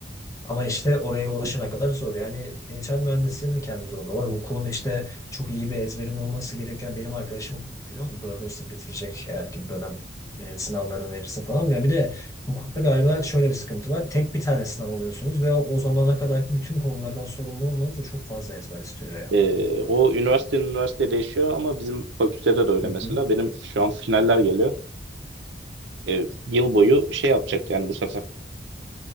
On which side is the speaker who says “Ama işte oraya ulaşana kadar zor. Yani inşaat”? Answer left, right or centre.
Left